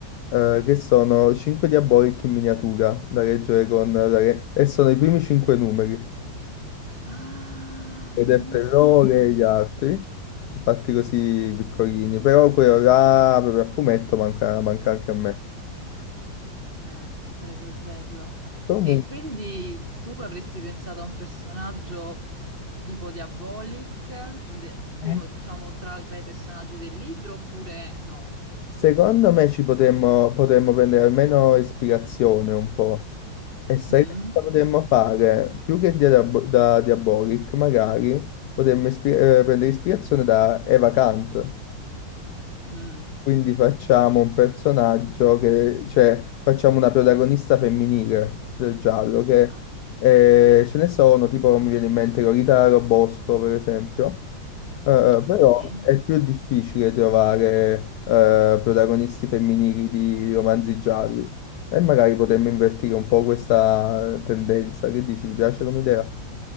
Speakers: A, on the left; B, on the right.
A: eh, che sono 5 Diabolic in miniatura da leggere con... da le- e sono i primi 5 numeri.
B: Ah,
A: vedertelo
B: bellissimo.
A: loro e gli altri, fatti così piccolini, però quello là proprio a fumetto manca, manca anche a me.
B: Eh, sarebbe bello.
A: Comunque,
B: E quindi tu avresti pensato a un personaggio tipo Diabolic, de- primo,
A: Eh.
B: diciamo, tra tra i personaggi del libro oppure no?
A: secondo me ci potremmo, potremmo prendere almeno ispirazione un po'. E sai
B: Mm,
A: che cosa potremmo fare? Più che dialab- da Diabolic, magari potremmo ispir- eh, prendere ispirazione da Eva Kant.
B: mm.
A: Quindi facciamo un personaggio che, cioè, facciamo una protagonista femminile del giallo, che
B: Ah,
A: eh, ce ne sono, tipo mi viene in mente Lolita Robosco, per esempio, Eh, eh, però
B: sì,
A: è più difficile trovare eh, protagonisti femminili di romanzi gialli. E magari potremmo invertire un po' questa tendenza. Che dici, ti piace come idea?